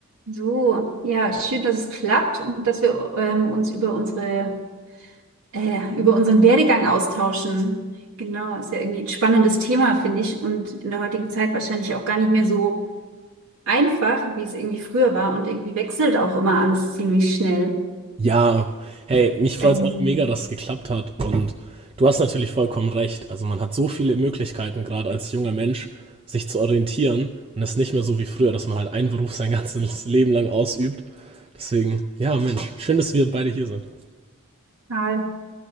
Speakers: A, on the right (about 80°); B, on the right (about 25°).
A: So, ja, schön, dass es klappt und dass wir ähm, uns über unsere, äh, über unseren Werdegang austauschen. Genau, ist ja irgendwie ein spannendes Thema, finde ich, und in der heutigen Zeit wahrscheinlich auch gar nicht mehr so einfach, wie es irgendwie früher war. Und irgendwie wechselt auch immer alles ziemlich schnell.
B: Ja, hey, mich freut
A: Ähm,
B: es auch mega, dass es geklappt hat. Und du hast natürlich vollkommen recht. Also man hat so viele Möglichkeiten, gerade als junger Mensch, sich zu orientieren. Und es ist nicht mehr so wie früher, dass man halt einen Beruf sein ganzes <laughs> Leben lang ausübt. Deswegen, ja, Mensch, schön, dass wir beide hier sind.
A: Karl,